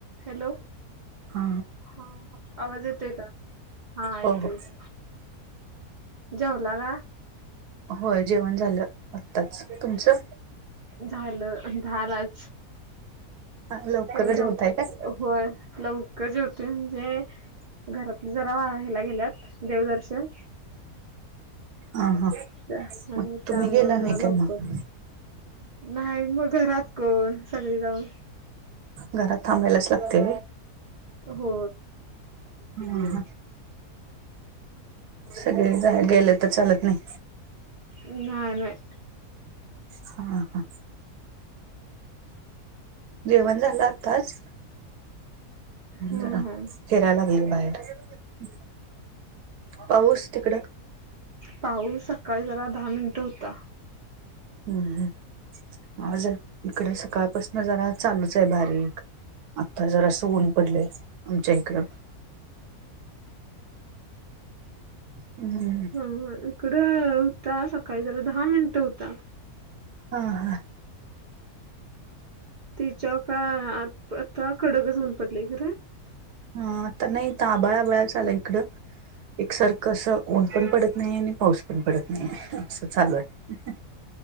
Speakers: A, on the right; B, on the right.
A: Hello
B: हा
A: ह आवाज येतोय का हा
B: हो
A: येतो
B: हो
A: येतो जेवला ग
B: होय जेवण झालं आत्ताच तुमचं
A: झालं झालाच
B: लवकर
A: आ
B: जेवताय
A: ल
B: काय?
A: होय लवकर जेवते म्हणजे घरातले जरा राहायला गेल्यात देवदर्शन
B: अ हा
A: त्या हो
B: मग तुम्ही
A: त्यामुळे
B: गेला
A: जरा
B: नाही
A: लवकर
B: काय मग
A: नाही मग घरात कोण सगळी जाऊन
B: घरात थांबायलाच लागते
A: हो
B: हम्म सगळे गेले तर चालत नाही
A: नाही नाही
B: हा हा जेवण झालं आत्ताच
A: हम्म
B: जरा
A: हम्म
B: फिरायला गेल बाहेर पाऊस तिकड
A: पाऊस सकाळी जरा दहा मिनिटं होता
B: हम्मज इकडे सकाळपासून जरा चालूच आहे बारीक आता जरा असं ऊन पडलंय आमच्या इकडं हम् हम
A: ह इकड होता सकाळी जरा दहा मिनिट होता
B: हा हा
A: तच्या काय आता कडकच होऊन पडलेय खरं
B: ह आता नाही तर आबाळाबळा चाला इकडं एकसारखं असं ऊन पण पडत नाही आणि पाऊस पण पडत नाही असं चालू आहे ह